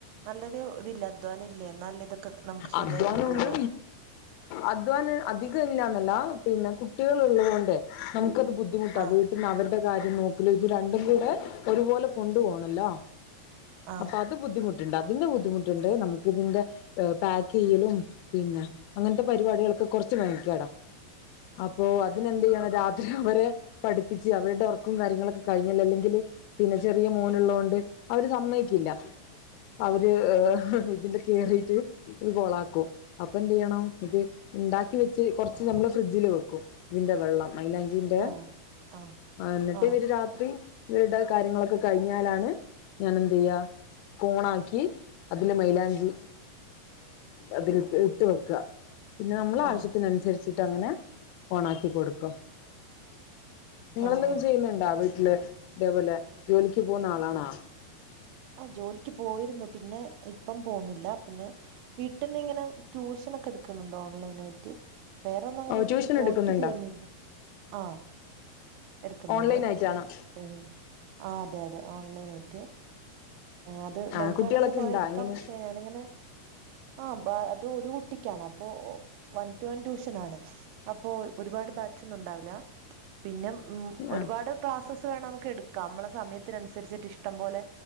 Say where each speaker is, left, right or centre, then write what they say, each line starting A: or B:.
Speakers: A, on the right; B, on the left.
A: നല്ലൊരു ഇതില്ലെ അധ്വാനം ഇല്ലേ ന്നാൽല്ലെ ഇതൊക്കെ നമുക്ക് ശരിയായി
B: അധ്വാനമുണ്ട്
A: കിട്ടുള്ളൂ
B: അധ്വാനം അധികം ഇല്ലാന്നല്ല പിന്നെ കുട്ടികള് ള്ളത് കൊണ്ട് നമ്മുക്കത് ബുദ്ധ ദ്ധിമുട്ടാ
A: ആഹ്
B: വീട്ടിൽന്ന് അവര്ടെ കാര്യം നോക്കലു ഇത് രണ്ടും കൂടെ ഒരുപോലെ കൊണ്ടുപോണല്ലോ
A: ആഹ്
B: അപ്പൊ അത് ബുദ്ധിമുട്ടുണ്ട് അതിന്റെ ബുദ്ധിമുട്ടുണ്ട് നമുക്ക് ഇതിന്റെ എഹ് പാക്കെയ്യലും പിന്നെ അങ്ങൻത്തെ പരിപാടികളൊക്കെ കൊറച്ച് മെനക്കേടാ
A: <inaudible>
B: അപ്പോ അതിനെന്ത്യ്യണം രാത്രി ഇവരെ പഠിപ്പിച്ച് അവരുടെ ഒർ ക്കും കാര്യങ്ങളൊക്കെ കഴിഞ്ഞല് അല്ലെങ്കില് പിന്നെ ചെറിയ മോന്ള്ളൊണ്ട് അവര് സമ്മയ്ക്കില്ല അവര് ഇഹ് ഇതില് കേറിയിട്ട് ഇത് കൊളാക്കും അപ്പൊ എന്ത്യ്യണം ഇത് ഇണ്ടാക്കി വെച്ച് കൊറച്ച് നമ്മള് ഫ്രിഡ്ജില് വെക്കും. ഇതിന്റെ വെള്ളം മൈലാ ഞ്ചിന്റെ
A: ആഹ് ആഹ്
B: എന്നിട്ട്
A: ആഹ്
B: ഇവര് രാത്രി ഇവര്ടെ കാര്യങ്ങളൊക്കെ കഴിഞ്ഞാലാണ് ഞാനെന്ത്യ്യ കോണാക്കി അതില്െ മൈലാഞ്ചി അതില് ഇട്ട് വെക്കുക പിന്നെ നമ്മൾ
A: ആഹ്
B: ആവശ്യത്തിനനുസരിച്ചിട്ട് അങ്ങനെ ഓണ ആാക്കി കൊടുക്കും നിങ്ങെന്തെങ്കിലും
A: ആഹ് ആഹ്
B: ചെയ്യുന്നുണ്ടോ വീട്ടില് ഇതേപോലെ ജോലിക്ക് പോകുന്ന ആളാണോ
A: ആഹ ജോലി പോയിരുന്നു പിന്നെ ഇപ്പം പോുന്നില്ല പിന്നെ വീട്ടന്ന് ഇങ്ങനെ ട്യൂഷന ഒക്കെ എടു ക്ക്‌ ന്നുണ്ട് ഓൺലൈൻ ആയിട്ട് വേറെ ഒന്നും അങ്ങനെ
B: ഓ
A: ഇപ്പം
B: ട്യൂഷൻ
A: പോയിട്ട്
B: എടുക്കുന്നുണ്ടോ
A: ചെയ്യുന്നില്ല ആ എടുക്കുന്നുണ്ട്
B: ഓൺലൈൻ ആയിട്ടാണോ
A: പി ആ അതെ അതെ ഓൺലൈനാ യിട്ട് അത്
B: ആഹ്
A: നമു ക്ക്‌
B: കുട്ടികളൊക്കെ
A: വേണെങ്കിൽ കുറെ
B: ഇണ്ടാ
A: എടുക്കാം
B: എങ്ങനെ
A: പക്ഷെ ഞാനിങ്ങനെ ആ അത് ഒരു കുട്ടിക്കാണ് അപ്പൊ വൺ ടു വൺ ട്യൂഷൻ ആണ് അപ്പൊ ഒരുപാട് ബാച്ഒന്നും ഉണ്ടാവില്ല പിന്നെ ഉം ഒരുപാട്
B: ആഹ്
A: ക്ലാസ്സസ് വേണം നമുക്ക് എടുക്കാം നമ്മളെ സമയത്തിനനുസരിച്ചിട്ട് ഇഷ്ടം പോലെ